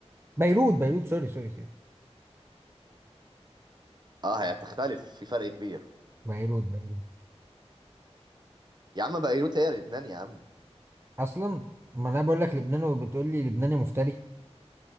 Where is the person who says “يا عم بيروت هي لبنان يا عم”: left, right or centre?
Right